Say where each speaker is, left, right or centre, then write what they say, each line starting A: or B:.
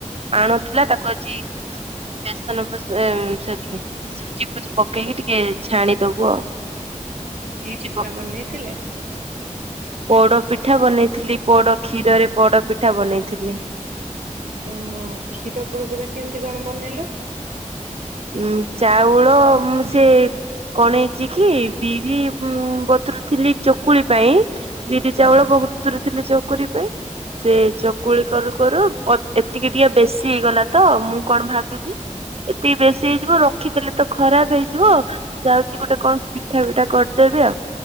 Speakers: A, on the right (about 50°); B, on the right (about 70°).
A: ଆଣ ଥିଲା ତାକୁ ଆଜି <unintelligible> ସୁଜି ଫୁଜି ପକେଇକି ଟିକେ ଛାଣିଦବୁ ଆଉ
B: କି
A: ସୁଜି
B: ପିଠା
A: ପ
B: ବନେଇଥିଲେ?
A: ପୋଡ ପିଠା ବନେଇଥିଲି ପୋଡ କ୍ଷୀରରେ ପୋଡ ପିଠା ବନେଇଥିଲି।
B: ଓହୋ କ୍ଷୀର ପୋଡ ପିଠା କେମିତି କଣ ବନେଇଲେ?
A: ଉଁ ଚାଉଳ ସେ କଣ ହେଇଚ କି ବିରି ବତୁରୁ ଥିଲି ଚକୁଳି ପାଇଁ ବିରି
B: ହୁଁ।
A: ଚାଉଳ ବହୁତ ସତୁରି ଥିଲେ ଚକୁଳି ପାଇଁ ସେ ଚକୁଳି କରୁ କରୁ ଅ ଏତିକି ଟିକେ ବେଶୀ ହେଇଗଲା ତ ମୁଁ କଣ ଭାବିଲି ବେଶୀ ହେଇଯିବ ରଖିଥିଲେ ତ ଖରାପ ହେଇଯିବ ଯାଉଛି ଗୋଟେ କଣ ପିଠା ଫିଠା କରିଦେବି ଆଉ।